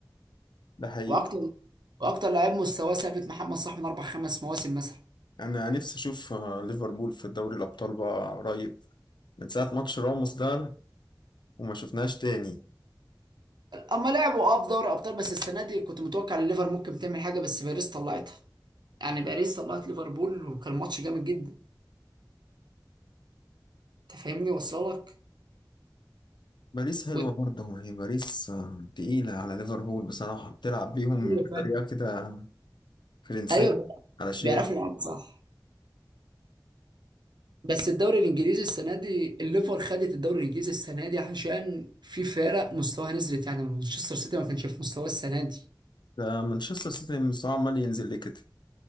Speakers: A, on the left; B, on the right.
A: ده حقيقي
B: واكتر واكتر لاعب مستواه ثابت محمد صلاح من اربع خمس مواسم مثلا
A: انا نفسي اشوف آه، ليفربول في دوري الابطال بقى قريب من ساعه ماتش راموس ده وما شفناش تاني
B: اما لعبوا اه في دوري ابطال بس السنه دي كنت متوقع ان الليفر ممكن تعمل حاجه بس باريس طلعتها يعني باريس طلعت ليفربول وكان ماتش جامد جدا انت فاهمني وصلك
A: باريس حلوه
B: و...
A: برضه هي باريس آه، تقيله على ليفربول بصراحه بتلعب بيهم
B: ايوه
A: بطريقه
B: فاهم
A: كده فرنسيه
B: ايوه
A: على شياكه
B: بيعرفوا يلعبوا صح بس الدوري الانجليزي السنه دي الليفر خدت الدوري الانجليزي السنه دي عشان في فرق مستواها نزلت يعني مانشستر سيتي ما كانش في مستواه السنه دي
A: ده مانشستر سيتي مستواه عمال ينزل ليه كده